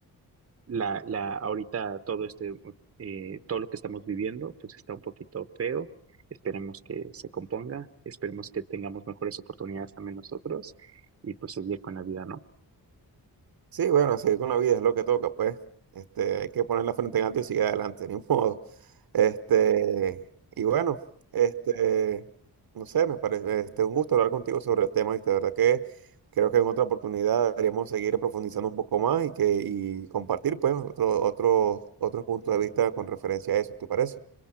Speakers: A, on the right; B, on the right.
A: la, la, ahorita todo este, eh, todo lo que estamos viviendo, pues está un poquito feo. Esperemos que se componga, esperemos que tengamos mejores oportunidades también nosotros y pues seguir con la vida, ¿no?
B: Sí, bueno, seguir con la vida es lo que toca, pues. Este, hay que poner la frente en alto y seguir adelante, <laughs> ni modo. Este, y bueno, este, no sé, me parece, este, un gusto hablar contigo sobre el tema, y de verdad que creo que en otra oportunidad deberíamos seguir profundizando un poco más y que, y compartir, pues, otro, otro, otros puntos de vista con referencia a eso, ¿te parece?